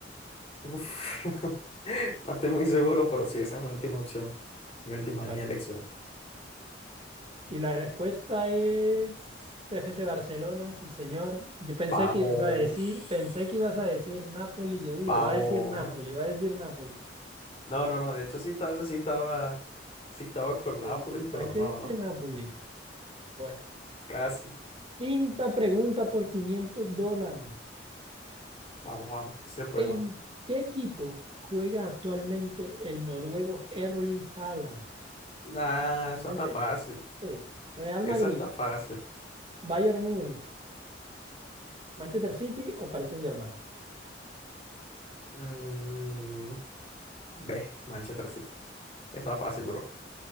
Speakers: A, on the left; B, on the right.
A: Uf, <laughs> no estoy muy seguro, pero sí, esa es mi última opción. Mi última,
B: Bueno.
A: es mi elección.
B: Y la respuesta es FC Barcelona, sí, señor. Yo pensé
A: Vamos.
B: que ibas a decir, pensé que ibas a decir Napoli. Yo dije,
A: Vamos.
B: va a decir Napoli, va a decir Napoli.
A: No, no, no. De hecho, sí estaba, sí estaba, sí estaba con
B: Le
A: Nápoles,
B: dije,
A: pero
B: ¿qué
A: no,
B: dice
A: no.
B: Napoli? Bueno,
A: Casi.
B: Quinta pregunta por 500 dólares.
A: Vamos, vamos. Sí se puede,
B: ¿En
A: vamos.
B: qué equipo juega actualmente el noruego Erling Haaland?
A: Nah, esa
B: Mente.
A: está fácil.
B: Sí. Real
A: Esa
B: Madrid,
A: está fácil.
B: Bayern Múnich, Manchester City o Paris Saint-Germain.
A: Mm, ve, Manchester City. Está fácil, bro.